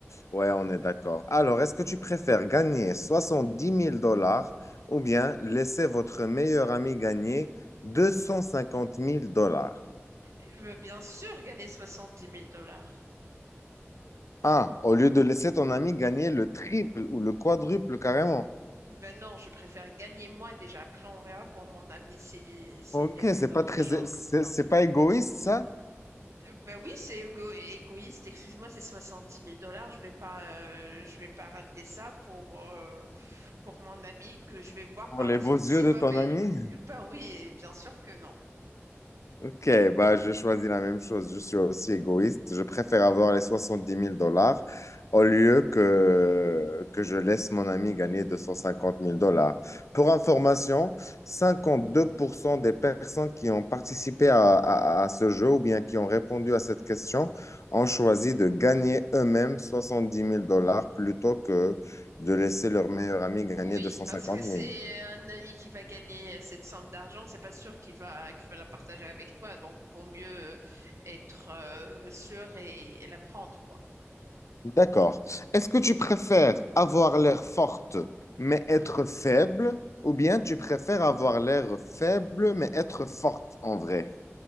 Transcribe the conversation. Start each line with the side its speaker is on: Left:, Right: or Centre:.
Left: Ouais, on est d'accord. Alors, est-ce que tu préfères gagner soixante-dix mille dollars ou bien laisser votre meilleur ami gagner deux cent cinquante mille dollars?
Right: Euh, Bien sûr, gagner soixante-dix mille dollars.
Left: Ah, au lieu de laisser ton ami gagner le triple ou le quadruple carrément.
Right: Ben non, je préfère gagner moi déjà. Après, on verra pour mon ami s'il s'il
Left: Ok,
Right: y a eu
Left: c'est
Right: une autre
Left: pas très,
Right: chance.
Left: c'est c'est pas égoïste ça?
Right: Euh, Ben oui, c'est égo- égoïste. Excuse-moi, c'est soixante-dix mille dollars. Je vais pas, euh, je vais pas rater ça pour, euh, pour mon ami que je vais voir
Left: Pour
Right: par
Left: les
Right: la
Left: beaux
Right: suite
Left: yeux
Right: s'il
Left: de
Right: va
Left: ton
Right: me.
Left: ami?
Right: Ben oui, bien sûr que non.
Left: Ok, bah, je choisis la même chose. Je suis aussi égoïste. Je préfère avoir les soixante-dix mille dollars au lieu que, que je laisse mon ami gagner deux cent cinquante mille dollars. Pour
Right: Mhm.
Left: information, 52% des personnes qui ont participé à, à- à ce jeu ou bien qui ont répondu à cette question ont choisi de gagner eux-mêmes soixante-dix mille dollars plutôt que de laisser leur meilleur ami gagner
Right: Oui,
Left: deux cent
Right: parce
Left: cinquante
Right: que c'est
Left: mille.
Right: un ami qui va gagner cette somme d'argent, c'est pas sûr qu'il va qu'il va la partager avec toi, donc vaut mieux être euh, sûr et, et la prendre, quoi.
Left: D'accord. Est-ce que tu préfères avoir l'air forte mais être faible ou bien tu préfères avoir l'air faible mais être forte en vrai?